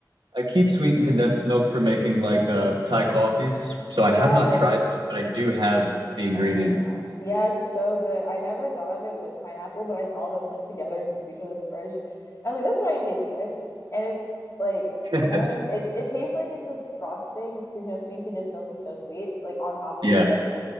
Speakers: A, on the right; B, on the left.
A: I keep sweetened condensed milk for making like uh Thai coffees. So
B: yes,
A: I have not tried that, but I do have the ingredient.
B: Oh my gosh. Yeah, so good. I never thought of it with pineapple, but I saw them like together next to each other in the fridge. I was like, that's why it tastes good. And it's like,
A: <laughs>
B: I don't know. It's it tastes like it's like frosting because you know sweet condensed milk is so sweet. Like on top of
A: Yeah,
B: the,